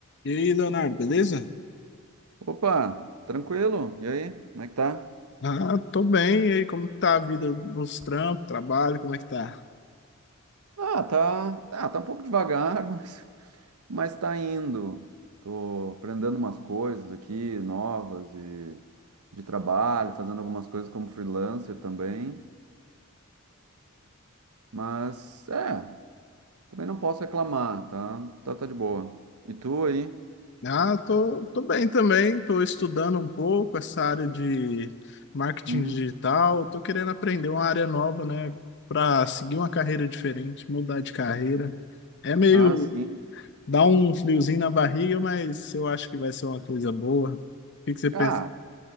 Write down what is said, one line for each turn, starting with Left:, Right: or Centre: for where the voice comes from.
Left: E aí, Leonardo, beleza?
Right: Opa, tranquilo? E aí, como é que tá?
Left: Ah, tô bem. E aí, como que tá a vida nos trampos, trabalho, como é que tá?
Right: Ah, tá, tá, tá um pouco devagar, <laughs> mas, mas tá indo. Tô aprendendo umas coisas aqui novas e de trabalho, fazendo algumas coisas como freelancer também, mas é, também não posso reclamar, tá? Tá, tá de boa. E tu aí?
Left: Ah, tô, tô bem também. Tô estudando um pouco essa área de marketing
Right: Hum,
Left: digital. Tô querendo aprender uma área nova, né? Pra seguir uma carreira diferente, mudar de carreira. É meio
Right: Ah, sim.
Left: dá um friozinho na barriga, mas eu acho que vai ser uma coisa boa. O que que você pensa?
Right: Ah,